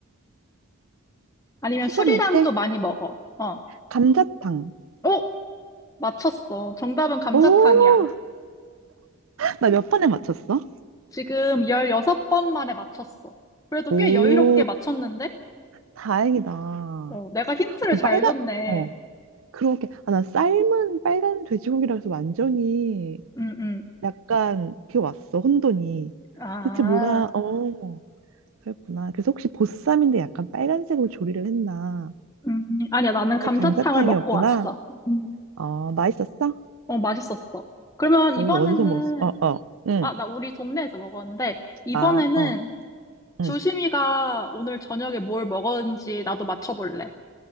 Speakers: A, on the left; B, on the right.
A: 아니면
B: 해장할
A: 술이랑도
B: 때
A: 많이 먹어. 어,
B: 감자탕.
A: 어, 맞췄어. 정답은 감자탕이야.
B: 오, 나 몇 번에 맞췄어?
A: 지금 16번 만에 맞췄어. 그래도
B: 오,
A: 꽤 여유롭게 맞췄는데?
B: 다행이다. 아,
A: 어, 내가 힌트를 잘
B: 빨간,
A: 줬네.
B: 어, 그러게. 아, 난 삶은 빨간 돼지고기라서 완전히
A: 음, 음.
B: 약간 그게 왔어, 혼돈이.
A: 아.
B: 대체 뭐가, 어, 그랬구나. 그래서 혹시 보쌈인데 약간 빨간색으로 조리를 했나?
A: 음, 아니야, 나는
B: 근데
A: 감자탕을
B: 감자탕이었구나.
A: 먹고 왔어. 음,
B: 어, 맛있었어?
A: 어, 맛있었어. 그러면
B: 오,
A: 이번에는,
B: 어디서 먹었어? 어, 어, 응.
A: 아, 나 우리 동네에서 먹었는데, 이번에는
B: 아, 어,
A: 주심이가
B: 응.
A: 오늘 저녁에 뭘 먹었는지 나도 맞춰볼래.